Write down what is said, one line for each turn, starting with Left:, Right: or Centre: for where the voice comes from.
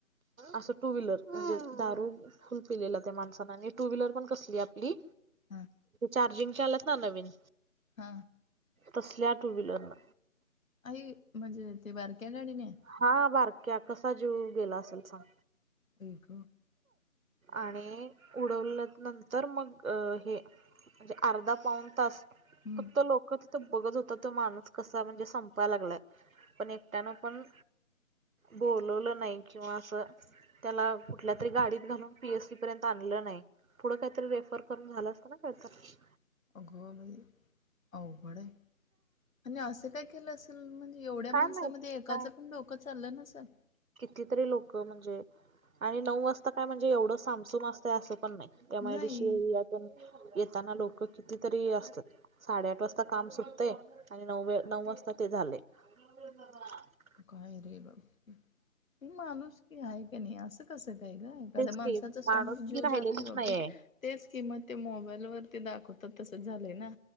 Right: असं टू व्हीलर‌ म्हणजे दारू फुल पिलेला त्या माणसान आणि टू व्हीलर पण कसली आपली
Left: हां,
Right: चार्जिंगच्या आल्यात ना नवीन.
Left: हा.
Right: तसल्या टू व्हीलर न.
Left: आई म्हणजे ते बारक्या गाडीने.
Right: हा बारक्या कसा जीव गेला असल सांग.
Left: आई ग.
Right: आणि उडवल्यात नंतर मग हे म्हणजे अर्धा पाऊन तास
Left: हं.
Right: फक्त लोकच बघत होता तो माणूस कसा म्हणजे, संपाय लागलाय पण एकट्यानं अम बोलवलं नाही किंवा असं? त्याला कुठल्या तरी गाडीत घालून पीएस सी पर्यंत आणलं नाही‌. पुढं काहीतरी रेफर करून झालं असतं ना काय तरी?
Left: अगं बाई! अवघड आहे, आणि अस काय केलंस? म्हणजे एवढ्या
Right: काय
Left: माणसामध्ये
Right: माहित
Left: एकाचं
Right: काय
Left: पण डोकं चाललं नसल?
Right: कितीतरी लोक म्हणजे आणि नऊ वाजता काय म्हणजे एवढं सामसूम असतंय असं पण नाही. एमआयडीसी
Left: नाही.
Right: एरियातून येताना लोक कितीतरी असतात. साडेआठ वाजता काम सुटतय, आणि नऊ नऊ वाजता ते झालय. <inaudible>
Left: काय रे बाबा हे? माणुसकी हाय की नाही अस? कसं काय ग? एखाद्या
Right: तेच
Left: माणसाचा
Right: की
Left: समोर
Right: माणुसकी
Left: जीव
Right: राहिलेलीच
Left: जातोय बापरे!
Right: नाहीये
Left: तेच की ते मोबाईल वरती दाखवतात तसंच झालंय ना?